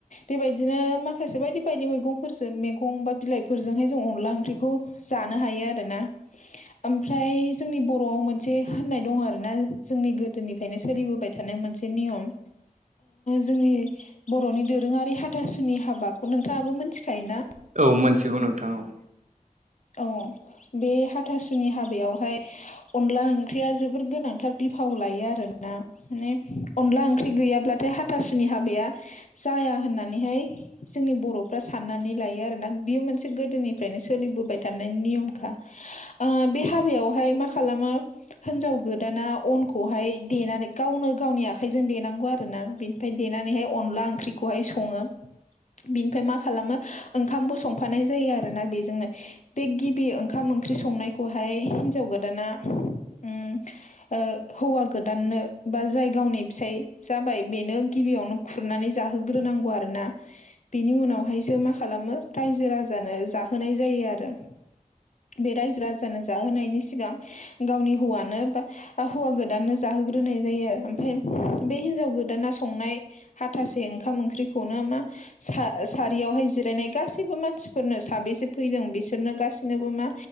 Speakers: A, on the left; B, on the right.
A: बेबायदिनो माखासे बायदि बायदि मैगंफोरजों मैगं बा बिलाइफोरजोंहाय जों अनला ओंख्रि बेखौ जानो हायो आरोना
B: <unintelligible>
A: ओमफ्राय जोंनि बर'आव मोनसे होननाय दं आर ना जोंनि गोदोनिफ्रायनो सोलिबोबाय थानाय मोनसे ओ नियम जोंनि बर'नि दोरोङारि हाथासुनि हाबाखौ नोंथाङाबो मोनथिखायोना
B: औ मोनथिगौ नोंथां औ
A: औ बे हाथासुनि हाबायावहाय अनला ओंख्रिया जोबोद गोनांथार बिफाव लायो आरोना माने अनला ओंख्रि गैयाब्लाथाय हाथासुनि हाबाया जाया होननानैहाय जोंनि बर'फ्रा साननानै लायो आरोोना बियो मोनसे गोदोनिफ्रायनो सोलिबोबाय थ दनायनि नियमखा बे हाबायावहाय मा खालामो हिनजाव गोदाना अनखौहाय देनानै गावनो गावनि आखाइजों देनांगौ आरो ना बे ओमफ्राय देनानैहाय अनला ओंख्रिखौहाय सङो बिनिफ्राय मा खालामो ओंखामबो संफानाय जायो आरोना बेजोंनो उम बे गिबि ओंखाम ओंख्रि
B: औ
A: संनायखौहाय हिन्जाव गोदाना ओ हौवा गोदाननो बा जाय गावनि फिसाय जाबाय बेनो गिबियावनो खुरनानै जाहोग्रोनांगौ आरो ना बिनि उनावहायसो मा खालामो रायजो राजानो जाहोनाय जायो आरो बे रायजो राजानो जाहोनायनि सिगां गावनि हौवानो बा हौवा गोदाननो जाहोग्रोनाय जायो आरो ओमफ्राय बे हिनजाव गोदाना संनाय हाथासे ओंखाम ओंख्रिखौनो मा सारियावहाय जिरायनाय गासैबो मानसिफोरनो साबेसे फैदों बिसोर नो गासिनोबो मा